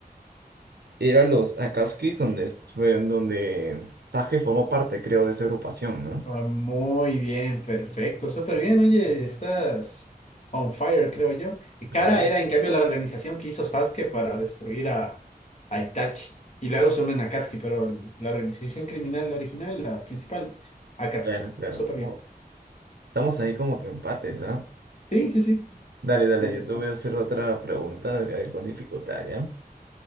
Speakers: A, on the right; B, on the left.
A: era los Akatsuki donde es- fue en donde Sasuke formó parte, creo, de esa agrupación, ¿no?
B: Ah, Muy bien, perfecto, súper bien. Oye, estás on fire, creo yo. Y
A: Claro,
B: Kara era, en cambio, la organización que hizo Sasuke para destruir a, a Itachi. Y luego se unen a Akatsuki, pero la organización criminal original, la principal, Akatsuki.
A: claro, claro.
B: Súper bien.
A: Oh, estamos ahí como que empates, ¿ah?
B: Sí, sí, sí.
A: Dale, dale,
B: Está interesante.
A: yo te voy a hacer otra pregunta, a ver, con dificultad, ¿ya?